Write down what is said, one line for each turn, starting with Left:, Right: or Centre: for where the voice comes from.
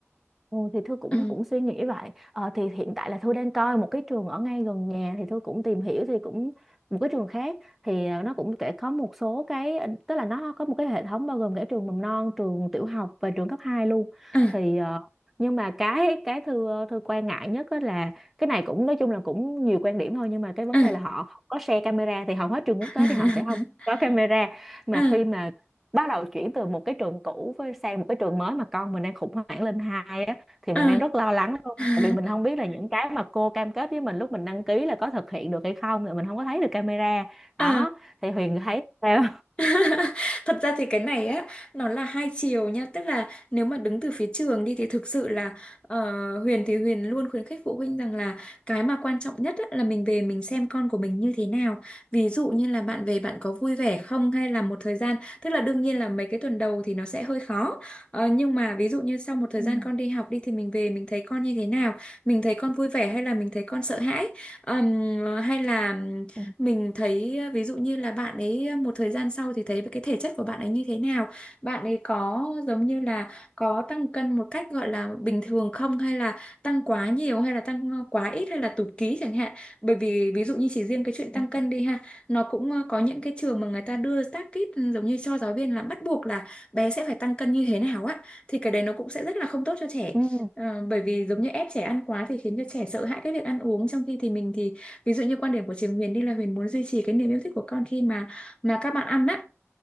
Centre: Ừ, thì Thư cũng
Left: ừ
Centre: cũng suy nghĩ vậy ờ, thì hiện tại là Thư đang coi một cái trường ở ngay gần nhà thì Thư cũng tìm hiểu thì cũng một cái trường khác thì ờ, nó cũng kể có một số cái ờ, tức là nó có một cái hệ thống bao gồm cả trường mầm non trường tiểu học và trường cấp 2 luôn
Left: ừ
Centre: thì ờ, nhưng mà cái cái Thư ờ, Thư quan ngại nhất á là cái này cũng nói chung là cũng nhiều quan điểm thôi nhưng mà cái vấn
Left: ừ
Centre: đề là họ không có share camera thì hầu hết trường quốc
Left: <laughs>
Centre: tế thì họ sẽ không có camera mà
Left: ừ
Centre: khi mà bắt đầu chuyển từ một cái trường cũ với sang một cái trường mới mà con mình đang khủng hoảng lên hai á thì
Left: ừ
Centre: mình đang rất lo lắng luôn
Left: <laughs>
Centre: tại vì mình không biết là những cái mà cô cam kết với mình lúc mình đăng ký là có thực hiện được hay không là mình không có thấy được camera
Left: ừ
Centre: đó thì Huyền thấy sao
Left: <laughs> Thật ra thì cái này á nó là hai chiều nha tức là nếu mà đứng từ phía trường đi thì thực sự là ờ, Huyền thì Huyền luôn khuyến khích phụ huynh rằng là cái mà quan trọng nhất á, là mình về mình xem con của mình như thế nào ví dụ như là bạn về bạn có vui vẻ không hay là một thời gian tức là đương nhiên là mấy cái tuần đầu thì nó sẽ hơi khó Ờ, nhưng mà ví dụ như sau một thời
Centre: ừ
Left: gian con đi học đi thì mình về mình thấy con như thế nào mình thấy con vui vẻ hay là mình thấy con sợ hãi Ờm, hay là
Centre: ừ
Left: mình thấy ờ, ví dụ như là bạn ấy ờ, một thời gian sau thì thấy cái thể chất của bạn ấy như thế nào bạn ấy có giống như là có tăng cân một cách gọi là bình thường không hay là tăng quá nhiều hay là tăng ờ, quá ít hay là tụt ký chẳng hạn bởi vì ví dụ như chỉ riêng cái chuyện tăng
Centre: ừ
Left: cân đi ha nó cũng ờ, có những cái trường mà người ta đưa target giống như cho giáo viên là bắt buộc là bé sẽ phải tăng cân như thế nào á thì cái đấy nó cũng sẽ rất là không tốt cho trẻ
Centre: ừ
Left: Ờ, bởi vì giống như ép trẻ ăn quá thì khiến cho trẻ sợ hãi cái việc ăn uống trong khi thì mình thì ví dụ như quan điểm của trường Huyền đi là Huyền muốn duy trì cái niềm yêu thích của con khi mà mà các bạn ăn á